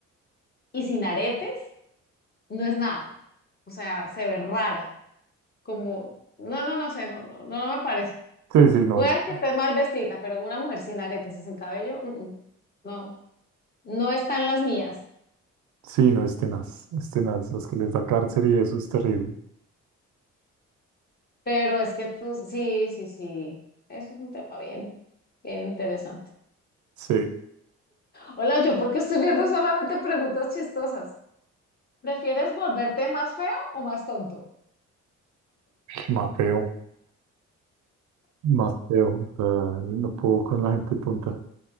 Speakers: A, on the left (about 35°); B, on the right (about 75°).
A: y sin aretes no es nada, o sea, se ve rara, como, no, no, no sé, no, no, no, no me parece.
B: sí, sí, no
A: Puede
B: es.
A: que esté mal vestida, pero una mujer sin aretes y sin cabello, mm, mm, no, no están las mías.
B: Sí, no es tenaz, es tenaz. Los que les da cárcel y eso es terrible.
A: Pero es que tú, sí, sí, sí. Eso es un tema bien Bien interesante.
B: Sí,
A: Hola, yo porque estoy viendo solamente preguntas chistosas. ¿Prefieres volverte más feo o más tonto?
B: más feo, más feo. o sea, no puedo con la gente tonta.